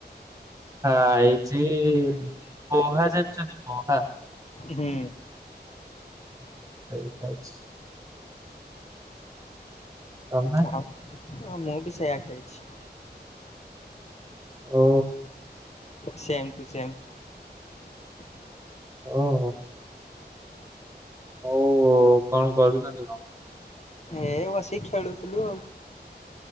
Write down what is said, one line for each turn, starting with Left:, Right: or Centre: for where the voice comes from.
Right: ହାଁ ଏଇଠି ପୋହା ଜାଣିଚନ୍ତି ପୋହା।
Left: ଉହୁଁ।
Right: <unintelligible> ତମେ
Left: ଚାଁହା ହଁ ମୁଁ ବି ସେୟା ଖାଇଛି
Right: ଓ
Left: ସେମ୍ ଟୁ ସେମ୍ <inaudible>
Right: ଓହୋଃ ହଉ କଣ କରୁଛନ୍ତି କଣ
Left: ଏ ବସି ଖେଳୁଥିଲୁ ଆଉ